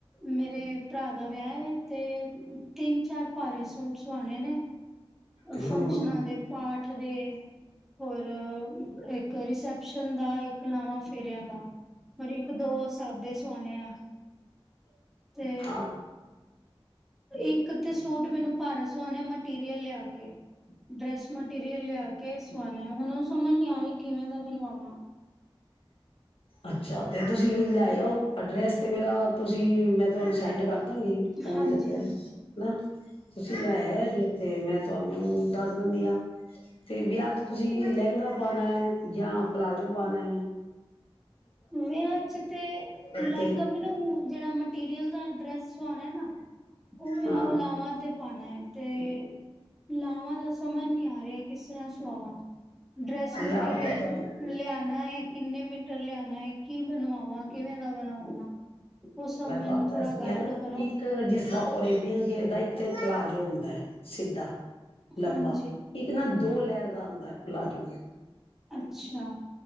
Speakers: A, in the centre; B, on the left.
A: ਮੇਰੇ ਭਰਾ ਦਾ ਵਿਆਹ ਤੇ ਤਿੰਨ ਚਾਰ ਭਾਰੇ ਸੂਟ ਸਵਾਣੇ ਨੇ
B: ਹਮ
A: ਫੰਕਸ਼ਨਾਂ ਦੇ ਪਾਠ ਦੇ ਹੋਰ ਇੱਕ ਇੱਕ ਰਿਸੈਪਸ਼ਨ ਦਾ ਇੱਕ ਲਾਵਾਂ ਫੇਰਿਆਂ ਦਾ ਪਰ ਇੱਕ ਦੋ ਸਾਦੇ ਸਆਣੇ ਆ ਤੇ
B: ਹਾਂ
A: ਇੱਕ ਤੇ ਸੂਟ ਮੈਨੂੰ ਪਾਰਸ ਸੋਹਣੇ ਮਟੀਰੀਅਲ ਲਿਆ ਕੇ ਡਰੈਸ ਮਟੀਰੀਅਲ ਲਿਆ ਕੇ ਸਵਾਉਣਾ ਹੁਣ ਸਮਝ ਨਹੀਂ ਆ ਰਹੀ ਕਿਵੇਂ ਦਾ ਬਣਵਾਵਾਂ
B: ਅੱਛਾ ਤੇ ਤੁਸੀਂ ਲੈਇਓ ਅਡਰੈਸ ਤੇ ਮੇਰਾ ਤੁਸੀਂ ਮੈਂ ਤੁਹਾਨੂੰ ਸੈਂਡ ਕਰ ਾਂਗੀ ਫਨ
A: ਹਾਂਜੀ
B: ਦਿੱਤੇ
A: ਹਾਂਜੀ
B: ਹਨਾ ਤੁਸੀਂ ਲੈਆ ਜੇ ਤੇ ਮੈਂ ਤੁਹਾਨੂੰ ਦੱਸ ਦਿੰਦੀ ਹ ਤੇ ਵਿਆਹ ਚ ਤੁਸੀਂ ਲਹਿੰਗਾ ਪਾ ਹੈ ਜਾਂ ਪਲਾਜ਼ੋ ਬਣਾ
A: ਵਿਆਹ ਚ ਤੇ ਲਹਿੰਗਾ
B: ਤੇ
A: ਮੈਨੂੰ ਜਿਹੜਾ ਮਟੀਰੀਅਲ ਦਾ ਡਰੈਸ ਸਣਾ ਨਾ ਉਹ ਮੈਨੂੰ
B: ਹਾਂ।
A: ਲਾਵਾਂ ਤੇ ਪਣਾ ਹੈ ਤੇ ਲਾਵਾਂ ਦਾ ਸਮਾਂ ਨਹੀਂੀ ਆਇਆ <unintelligible> ਕਿਸ <unintelligible> ਸਵਾਵਾ, ਡਰੈਸ ਮਟੀਰੀਅਲ
B: ਨਾ ਉਹ ਤਾਂ
A: ਲਿਆਣਾ ਹੈ ਕਿੰਨੇ ਮੀਟਰ ਲਿਆਣ ਹਾਏ ਕੀ ਬਣਵਾਵਾਂ ਕਿਵੇਂ ਦਾ ਬਣਵਾਵਾਂ? ਉਹ ਸਭ
B: ਮੈਂ
A: ਮੈਨੂੰ
B: ਤੁਹਾਨੂੰ ਦੱਸਦੀ
A: ਥੋੜਾ ਗਾਈਡ
B: ਹਾਂ ਨਾ
A: ਕਰੋ
B: ਇੱਕ ਜਿਸਦਾ <unintelligible> <unintelligible> ਦਾ ਇੱਕ ਤੇ ਪਲਾਜੋ ਹੁੰਦਾ ਹੈ ਸਿੱਧਾ। ਲੰਬਾ
A: ਹਾਂਜੀ
B: ਇੱਕ ਨਾ ਦੋ ਲਹਿਰ ਦਾ ਆਂਦ ਪਲਾਜੋ
A: ਅੱਛਾ।